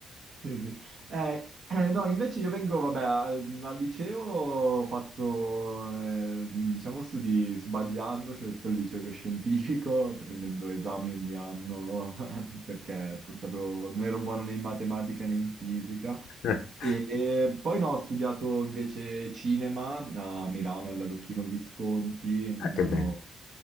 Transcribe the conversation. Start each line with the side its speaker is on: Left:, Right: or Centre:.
Right: Quindi, eh, eh, no, invece io vengo, vabbè, al, al liceo ho fatto, eh, diciamo, studi sbagliando, ho scelto il liceo scientifico, prendendo esami ogni anno, <laughs> perché non sapevo, non ero buono né in matematica né in fisica.
Left: <laughs>
Right: E, e poi no, ho studiato invece cinema a Milano, alla Lucchino Visconti, mi
Left: Ah, che
Right: sono
Left: bello.